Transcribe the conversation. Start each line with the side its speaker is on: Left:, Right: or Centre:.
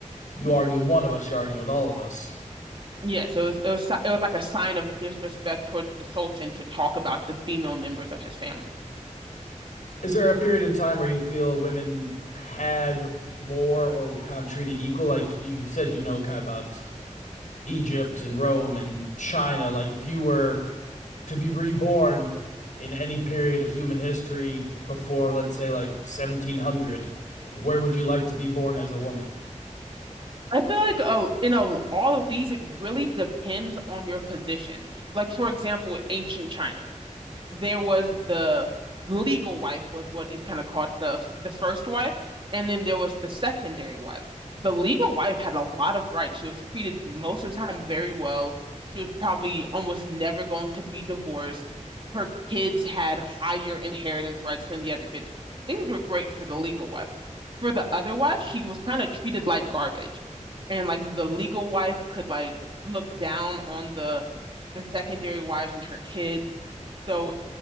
Left: you argue with one of us, you're arguing with all of us.
Right: Yes, it was it was si- it was like a sign of disrespect towards the Sultan to talk about the female members of his family.
Left: Is there a period in time where you feel women had more or were kind of treated equal? Like you you said, you know, kind of about Egypt and Rome and China. Like if you were to be reborn in any period of human history before, let's say, like 1700, where would you like to be born as a woman?
Right: I feel like uh, in a, all of these, it really depends on your position. Like for example, ancient China. there was the legal wife was what is kind of called the the first wife, and then there was the secondary wife. The legal wife had a lot of rights. She was treated most of the time very well. She was probably almost never going to be divorced. Her kids had higher inheritance rights than the other kids. Things were great for the legal wife. For the other wife, she was kind of treated like garbage. And like the legal wife could like look down on the the secondary wives and her kids. So